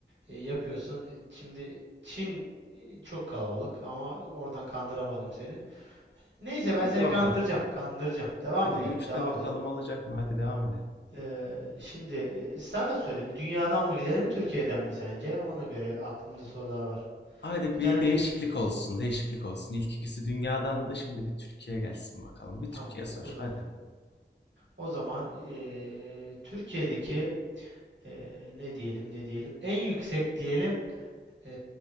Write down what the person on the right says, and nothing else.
e, yapıyorsun. E, Şimdi Çin e, çok kalabalık ama oradan kandıramadım seni. Neyse
ben seni
kandıracağım, kandıracağım. Devam
edelim,
devam
edelim.
Ee, şimdi e, sana sorayım. Dünyadan mı gidelim, Türkiye'den mi sence? Ona göre aklımda sorular var.
Bir
tane
tü...
Tamam,
o zaman.
O zaman e, Türkiye'deki e, ne diyelim ne diyelim en yüksek diyelim e,